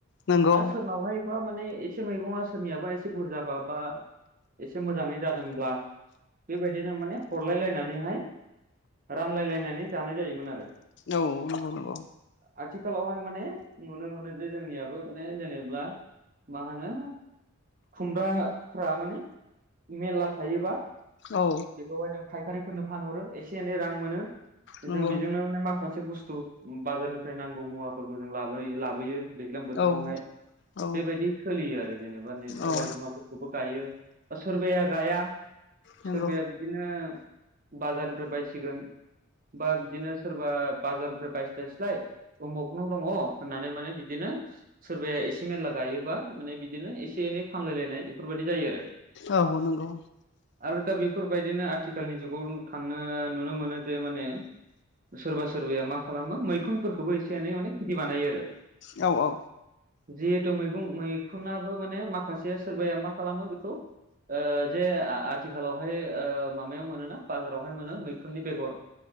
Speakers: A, on the left; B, on the right.
A: नंगौ
B: बा सोरनावहाय बा माने एसे मैगंआ सोरनियाबा एसे बुरजाबा बा एसे मोजाङै जादोंब्ला बेबायदिनो माने हरलायलायनानैहाय रानलायलायनानै जानाय जायोमोन आरो
A: औ नंगौ नंगौ।
B: आथिखालावहाय माने नुनो मोनो जे जोंनियाबो माने जेनेब्ला मा होनो खुमब्राफ्रा माने मेरला थायोबा
A: औ।
B: बेवहाय जों फायखारिफोरनो फानहरो एसे एनै रां मोनो
A: नंगौ
B: जों बेजोंनो माने माखासे बुस्थु बाजारनिफ्राय नांगौ मुवाफोरखौ जों लाबो लाबोयो। दैज्लां बोथोरावहाय
A: औ औ
B: बेबायदि सोलियो आरो जेनेबा नै सबाय
A: औ
B: बिमाफोर खौबो गायो सोरबाया गाया
A: नंगौ
B: सोरबाया बिदिनो बाजारनिफ्राय बायसिगोन बा बिदिनो सोरबा बाजारनिफ्राय बायस्लायस्लाय उमुगनाव दङ होननानै माने बिदिनो सोरबाया एसे मेरला गायोबा माने बिदिनो एसे एनै फानलायलायनाय एफोरबायदि जायो आरो।
A: औ नंगौ।
B: आरो दा बेफोरबायदिनो आथिखालनि जुगाव थांनो नुनो मोनो जे माने सोरबा सोरबाया मा खालामो मैखुनफोरखौबो एसे एनै माने खेथि बानायो आरो
A: औ औ
B: जिहेथु मैगं मैखुनाबो माने माखासेया सोरबाया मा खालामो बेखौ ओ जे आ-आथिखालावहाय ओ माबायाव मोनोना बाजारावहाय मोनो मैखुननि बेगर